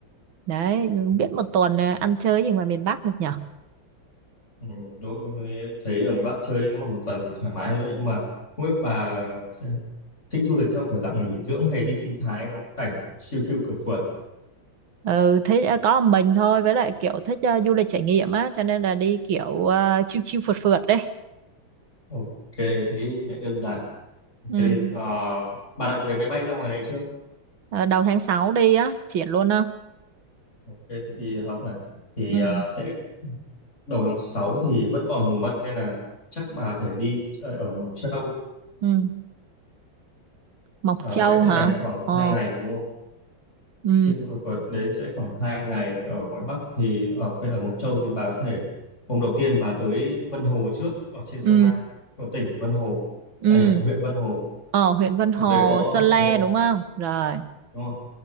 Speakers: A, on the right; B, on the left.
A: Đấy,
B: ừ,
A: biết một tuần ờ, ăn chơi gì ngoài miền Bắc được nhở?
B: ừ, đối với- em thấy ở ngoài Bắc chơi nếu mà một tuần thì thoải mái rồi đấy nhưng mà không biết bà sẽ thích du lịch theo kiểu dạng nghỉ dưỡng hay đi sinh thái ngắm cảnh chill chill cửa phượt
A: Ừ, thích ờ, có một mình thôi với lại kiểu thích ờ, du lịch trải nghiệm á cho nên là đi kiểu uh, chill chill phượt phượt đấy
B: ok thế thì lại đơn giản thế
A: ừ.
B: thì ờ, bà đặt vé máy bay ra ngoài này chưa
A: Ờ, đầu tháng 6 đi á triển luôn á
B: ok thế thì hợp này thì
A: ừ.
B: ờ, sẽ đầu tháng 6 thì vẫn còn mùa mận nên là chắc bà có thể đi chơi ở Mộc Châu
A: ừ. Mộc
B: Ờ,
A: Châu
B: ở đấy sẽ
A: hả
B: dành khoảng
A: ờ
B: 2 ngày đúng không
A: ừ
B: chương trình một tuần đấy sẽ khoảng 2 ngày ở ngoài Bắc thì ở bên ở Mộc Châu thì bà có thể hôm đầu tiên bà tới Vân Hồ trước ở trên Sơn
A: ừ
B: La của tỉnh Vân Hồ
A: ừ
B: à nhầm huyện Vân Hồ
A: ờ huyện Vân Hồ
B: ở đây có
A: Sơn La
B: đúng không
A: đúng không rồi
B: đúng không